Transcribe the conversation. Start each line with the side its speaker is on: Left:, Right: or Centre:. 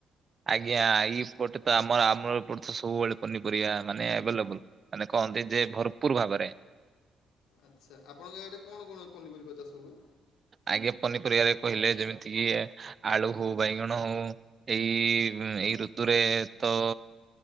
Right: ଆଜ୍ଞା ଇପଟେ ତ ଆମ ଆମର ଏପଟେ ତ ସବୁବେଳେ ପନିପରିବା ମାନେ ଆଭେଲେବୁଲ। ମାନେ କହନ୍ତି ଯେ ଭରପୁର ଭାବରେ।
Left: ଆଛା ଆପଣଙ୍କ ଆଡେ କଣ କଣ ପନିପରିବା ଚାଷ ହୁଏ?
Right: ଆଗେ ପନି ପରିବାରେ କହିଲେ ଯେମିତି କି ଆଳୁ ହଉ, ବାଇଗଣ ହଉ, ଏଇ ଏଇ ଋତୁରେ ତ